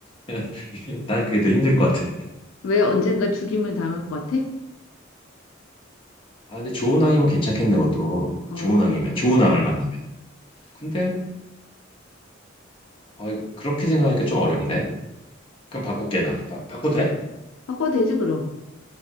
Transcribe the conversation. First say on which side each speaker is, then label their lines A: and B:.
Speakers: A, on the left; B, on the left.
A: <laughs> 난 그게 더 힘들 것 같아.
B: 왜 언젠가 죽임을 당할
A: 음.
B: 것 같아?
A: 아, 근데 좋은 왕이면 괜찮겠네, 그것도.
B: 어,
A: 좋은 왕이면, 좋은 왕을 만나면. 근데, 어, 그렇게 생각하니까 좀 어렵네. 그럼 바꿀게나. 바, 바꿔도 돼?
B: 바꿔되지, 그럼.